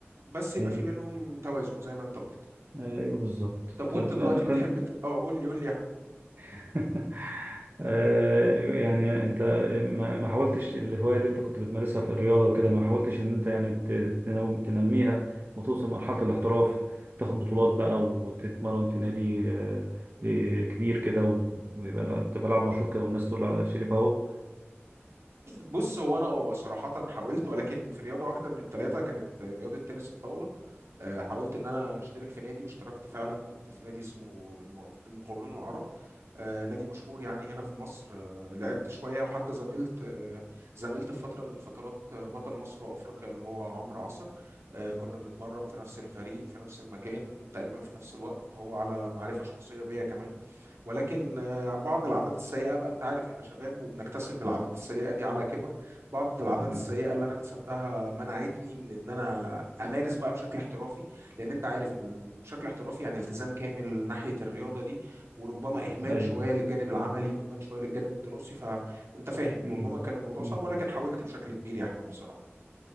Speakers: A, on the right; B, on the right.
A: بس يبقى
B: ايوه
A: في بينهم توازن زي ما انت قلت
B: ايوه بالظبط
A: طب وانت
B: طب
A: دلوقتي
B: انا كان
A: بتحب ت- اه قول لي قول لي يا أحمد.
B: <laughs> آه، يعني انت ما ما حاولتش الهواية اللي انت كنت بتمارسها في الرياضة وكده ما حاولتش ان انت يعني ت- تنو- تنميها وتوصل مرحلة الاحتراف تاخد بطولات بقى وتتمرن في نادي آه، آه، كبير كده و- ويبقى لا- تبقى لاعب مشهور كده والناس تقول على شريف اهو
A: بص هو انا اه صراحه حاولت ولكن في رياضه واحده من الثلاثه كانت رياضه تنس الطاوله آه، حاولت ان انا اشترك في نادي واشتركت فعلا كنت في نادي اسمه الم- المقاولون العرب آه، نادي مشهور يعني هنا في مصر آه، لعبت شويه وحتى زميلت آه، زميلت في فتره من الفترات آه، بطل مصر وافريقيا اللي هو عمرو عصر آه، كنا بنتمرن في نفس الفريق في نفس المكان تقريبا في نفس الوقت هو على معرفه شخصيه بيا كمان ولكن آه، بعض العادات السيئة بقى أنت عارف إحنا شباب وبنكتسب العادات السيئة دي على كبر بعض العادات
B: مم.
A: السيئة اللي أنا اكتسبتها منعتني من إن أنا أمارس بقى بشكل احترافي لأن أنت عارف إن بشكل احترافي يعني التزام كامل ناحية الرياضة دي وربما إهمال
B: ايوه
A: شوية للجانب العملي وإهمال شوية للجانب الدراسي فأنت فاهم
B: مم.
A: ربما كان الموضوع
B: مم.
A: صعب ولكن حاولت بشكل كبير يا أحمد بصراحة